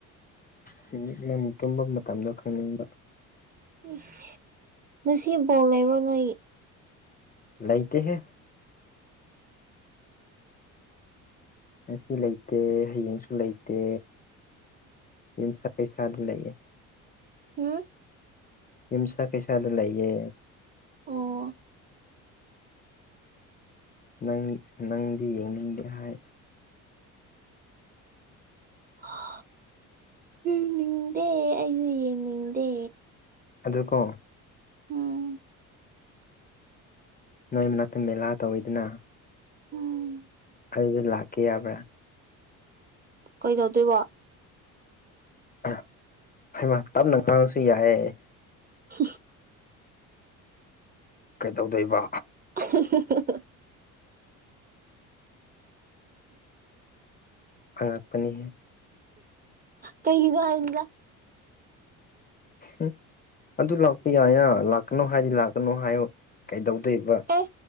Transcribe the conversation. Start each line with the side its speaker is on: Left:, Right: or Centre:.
Left: ꯁꯨꯝ ꯅꯪꯒꯤ ꯇꯨꯝꯕ ꯃꯇꯝꯗꯣ ꯈꯪꯅꯤꯡꯕ
Right: ꯏꯁꯁ ꯉꯁꯤ ꯕꯣꯜ ꯂꯩꯕ꯭ꯔꯣ ꯅꯣꯏꯒꯤ
Left: ꯂꯩꯇꯦꯍꯦ ꯉꯁꯤ ꯂꯩꯇꯦ ꯍꯌꯦꯡꯁꯨ ꯂꯩꯇꯦ ꯌꯨꯝꯁꯥ ꯀꯩꯁꯥꯗ ꯂꯩꯌꯦ
Right: ꯍꯝꯝ
Left: ꯌꯨꯝꯁ ꯀꯩꯁꯗ ꯂꯩꯌꯦ
Right: ꯑꯣ
Left: ꯅꯪ -ꯅꯪꯗꯤ ꯌꯦꯡꯅꯤꯡꯗꯦ ꯍꯥꯏ
Right: ꯍꯥ ꯌꯦꯡꯅꯤꯡꯗꯦ ꯑꯩꯗꯤ ꯌꯦꯡꯅꯤꯡꯗꯦ
Left: ꯑꯗꯨꯀꯣ
Right: ꯎꯝ
Left: ꯅꯣꯏ ꯃꯅꯥꯛꯇ ꯃꯦꯂꯥ ꯇꯧꯋꯤꯗꯅ
Right: ꯎꯝ
Left: ꯑꯗꯨꯗ ꯂꯥꯛꯀꯦ ꯌꯥꯕ꯭ꯔꯥ
Right: ꯀꯩꯗꯧꯗꯣꯏꯕꯣ
Left: ꯑ ꯍꯩꯃ ꯇꯞꯅ ꯉꯥꯡꯉꯁꯨ ꯌꯥꯏꯑꯦ
Right: <inaudible>
Left: ꯀꯩꯗꯧꯗꯣꯏꯕ
Right: <unintelligible>
Left: ꯑꯉꯛꯄꯅꯤ ꯍ
Right: ꯀꯩꯒꯤꯗ ꯍꯥꯏꯗ
Left: ꯎꯝ ꯑꯗꯨ ꯂꯥꯛꯄ ꯌꯥꯏꯅ ꯂꯥꯛꯀꯅꯣ ꯍꯥꯏꯗꯤ ꯂꯥꯛꯀꯅꯣ ꯍꯥꯏꯌꯣ ꯀꯩꯗꯧꯗꯣꯏꯕ
Right: ꯑꯦ